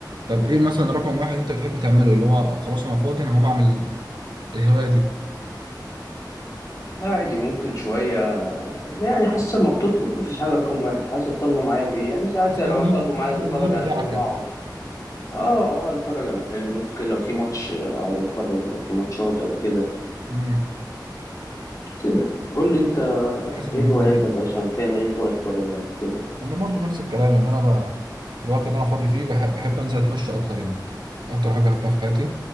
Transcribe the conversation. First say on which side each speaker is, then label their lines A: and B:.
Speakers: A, on the right; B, on the left.
A: طب ايه مثلا رقم واحد انت بتحب تعمله اللي هو خلاص انا فاضي انا هقوم اعمل الهوايه دي
B: لا عادي ممكن شوية يعني حسب ما بتطلب مفيش حاجة رقم واحد حسب طالبة معايا بإيه يعني ساعات
A: حسب
B: لو
A: المود
B: طالبة معايا
A: حسب
B: أتفرج
A: المود
B: على
A: بتاعك
B: فيلم
A: يعني
B: أقعد أه أقعد أتفرج على فيلم ممكن لو في ماتش أقعد أتفرج لو في ماتشات أو كده
A: امم
B: كده قول لي أنت
A: حسب المود
B: إيه هواياتك
A: بتاعك
B: أصلا بتعمل إيه في وقت فراغك كده
A: انا برضو نفس الكلام يعني انا بقى الوقت اللي انا فاضي فيه بح- بحب انزل اتمشى اكتر يعني اكتر حاجه بحبها في حياتي